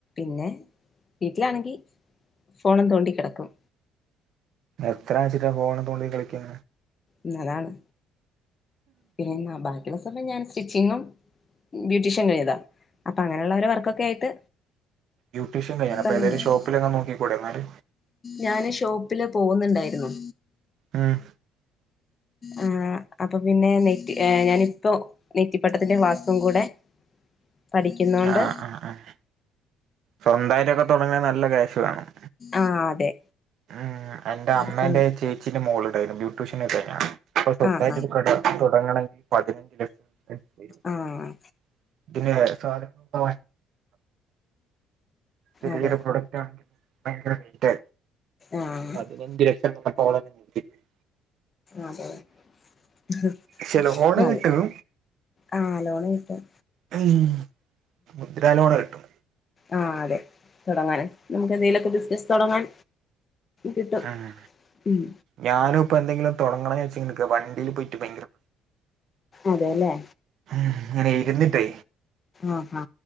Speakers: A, on the left (about 35°); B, on the right (about 55°).
A: പിന്നെ വീട്ടിലാണെങ്കി ഫോണും തോണ്ടിക്കേടക്കും
B: എത്രാന്ന്ച്ചിട്ടാ ഫോണ് തോണ്ടി കളിക്കാ
A: എന്നതാണ് പിന്നെ <unintelligible> ക്കണ സമയം ഞാൻ സ്റ്റിച്ചിങ്ങും ബ്യൂട്ടീഷ്യൻ കഴിഞ്ഞതാ അപ്പാ അങ്ങനെള്ള ഒരോ വർക്കൊക്കെ ആയിട്ട്
B: ബ്യൂട്ടീഷ്യ കഴിഞ്ഞാണോ അപ്പോ
A: സമയം
B: ഏതേലും
A: പോവും
B: ഷോപ്പിലൊക്കെ നോക്കിക്കുടെ എന്നാല്
A: ഞാന് ഷോപ്പില് പോവുന്നുണ്ടാരുന്നു
B: ആഹ്
A: ആഹ് അപ്പൊ പിന്നെ നെറ്റി ഞാനിപ്പോ നെറ്റിപ്പട്ടത്തിന്റെ ക്ലാസ്സും കൂടെ പഠിക്കുന്നോണ്ട്
B: ആഹ് ആഹ് ആഹ് സ്വന്തയിട്ടോക്കെ തൊടങ്ങണേ നല്ല ക്യാഷ് വേണം
A: ആഹ് അതെ
B: ഉം എന്റെ അമ്മേന്റെ
A: അപ്പം
B: ചേച്ചീന്റെ മോള ഇടരുന്നു ബ്യൂട്ടീഷ്യൻക്കെയാണ് അപ്പൊ സ്വന്ത്മായിട്ട്
A: ആഹ്
B: ഒരു കട തുടങ്ങണ് <unintelligible>
A: ആഹ് ആഹ്
B: <unintelligible> ചെറിയരു
A: അതെ
B: പ്രോഡക്റ്റ് <unintelligible> ഭയങ്കര നീറ്റ്
A: ആഹ്
B: പതിനഞ്ചു ലക്ഷം <unintelligible>
A: അതെ <unintelligible>
B: ക്ഷെ ലോണ്
A: നല്ല
B: കിട്ടും
A: ആഹ് ലോൺ കിട്ടും
B: <unintelligible> മുദ്ര ലോണ് കിട്ടും
A: അഹ് അതെ തുടങ്ങാന നമുക്ക് എന്തെലിലൊക്കെ ബിസിനസ് തുടങ്ങാൻ കിട്ടും
B: ആഹ്
A: ഉം
B: ഞാനും ഇപ്പൊ എന്തെങ്കിലും തുടങ്ങണന്ന് വെച്ചക്ക് വണ്ടിൽ പോയിട്ട് ഭയങ്കര
A: അതെല്ലേ
B: അങ്ങനെ ഇരുന്നിട്ടേ
A: ആഹാ